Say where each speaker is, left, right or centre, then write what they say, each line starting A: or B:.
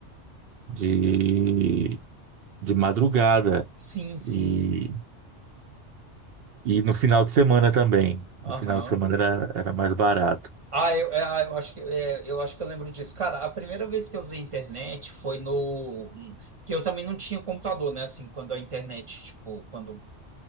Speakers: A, on the right; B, on the right.
A: de, de madrugada
B: Sim, sim.
A: e, e no final de semana também.
B: Aham.
A: No final de semana era, era mais barato.
B: Ah, eu, é, ah, eu acho que é, eu acho que eu lembro disso. Cara, a primeira vez que eu usei internet foi no que eu também não tinha computador, né? Assim, quando a internet, tipo, quando